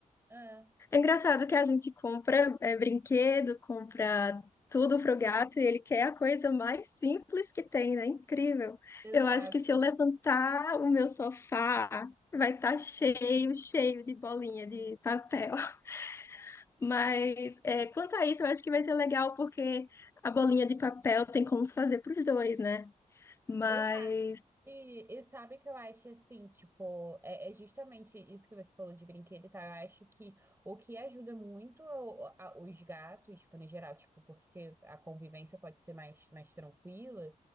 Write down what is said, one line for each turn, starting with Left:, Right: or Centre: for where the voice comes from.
Right: Ah,
Left: É engraçado que a gente compra é, brinquedo, compra tudo pro gato e ele quer a coisa mais simples que tem, né? Incrível.
Right: exato,
Left: Eu acho que se eu levantar o meu sofá, vai estar cheio, cheio de bolinha de papel. <laughs> Mas é, quanto a isso, eu acho que vai ser legal porque a bolinha de papel tem como fazer para os dois, né? Mas
Right: exato. E, e sabe o que eu acho assim, tipo, é, é justamente isso que você falou de brinquedo e tal. Eu acho que o que ajuda muito o- a- os gatos, tipo, no geral, tipo, porque a convivência pode ser mais, mais tranquila